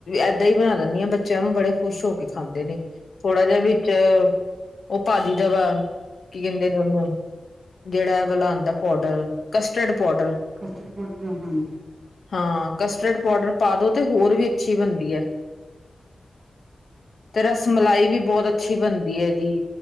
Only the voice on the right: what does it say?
Custard powder, ਹਾਂਜੀ